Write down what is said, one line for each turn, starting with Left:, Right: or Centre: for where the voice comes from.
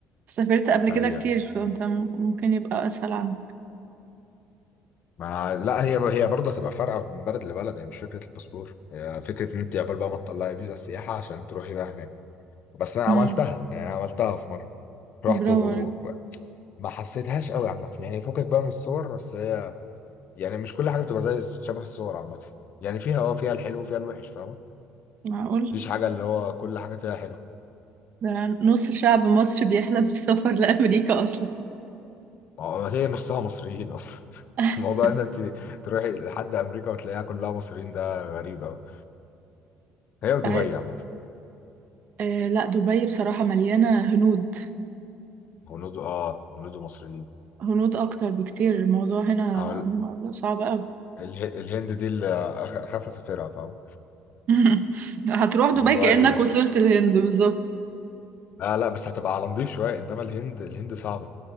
Right: سافرت قبل كده
Left: هي
Right: كتير فانت م- ممكن يبقى اسهل عندك
Left: ما لا هي هي برضه هتبقى فارقة من بلد لبلد هي مش فكرة الباسبور هي فكرة إن أنت قبل بقى ما تطلعي فيزا السياحة عشان تروحي بقى هناك بس أنا
Right: امم
Left: عملتها يعني أنا عملتها في مرة رحت
Right: برافو
Left: وما
Right: عليك
Left: حسيتهاش قوي عامة يعني فكك بقى من الصور بس هي يعني مش كل حاجة بتبقى زي شبه الصور عامة يعني فيها اه فيها الحلو وفيها الوحش فاهمة
Right: معقول
Left: مفيش حاجة اللي هو كل حاجة فيها حلو
Right: ده نص شعب مصر بيحلم بالسفر لامريكا اصلا
Left: ما هو هي نصها مصريين اصلا
Right: <laughs>
Left: <laughs> الموضوع ان انت تروحي لحد امريكا وتلاقيها كلها مصريين ده غريب قوي هي ودبي
Right: آه،
Left: عامه
Right: آه، لا دبي بصراحه مليانه هنود
Left: هنود اه هنود مصريين
Right: هنود اكتر بكتير الموضوع هنا
Left: او ال-
Right: م- صعب قوي
Left: اله- الهند دي اللي أخ- اخاف اسافرها فاهم
Right: <laughs> هتروح دبي
Left: موضوع
Right: كانك
Left: ال...
Right: وصلت الهند بالظبط
Left: لا لا بس هتبقى على نضيف شويه انما الهند الهند صعبه